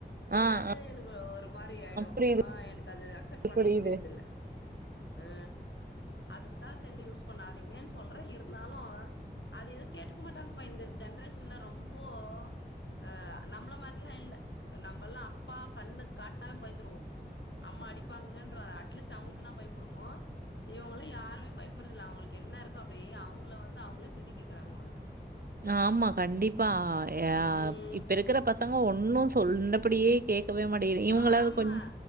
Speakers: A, on the left; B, on the right.
A: எனக்கு
B: ஆ
A: அது
B: ஆ
A: எனக்கு ஒரு மாரி ஆயிடும்
B: புரியுது
A: ஆ எனக்கு அது அக்செப்ட் பண்ண
B: புரியுது
A: முடியுறதுல்ல அ அதுக்குதா செல்லு யூஸ் பண்ணாதீங்கன்னு சொல் றோ இருந்தாலும் அது எதுவும் கேட்டுக்க மாட்டாங்கப்பா இந்த ஜென்ரேஷன்ல ரொம்போ அஹ நம்மள மாரிலா இல்ல நம்பல்லா அப்பா கண்ணு காட்னா பயந்துடருவோ அம்மா அடிப்பாங்களேன்ற அட்லீஸ்ட் அவங்களுக்குனா பயப்படுவோ இவுங்கள யருமே பயப்படுறதுல்ல அவுங்களுக்கு என்ன இருக்கே அப்டியே அவுங்கள வந்து அவுங்களே செதுக்கிகிறாங்க அவ்ளோதா
B: ஆமா கண்டிப்பா யா
A: ம்
B: இப்ப இருக்ற பசங் பசங்க ஒன்னும் சொன்னபடியே கேட்கவே மாட்டிது இவுங்களாவ்து
A: ஆமா
B: கொஞ்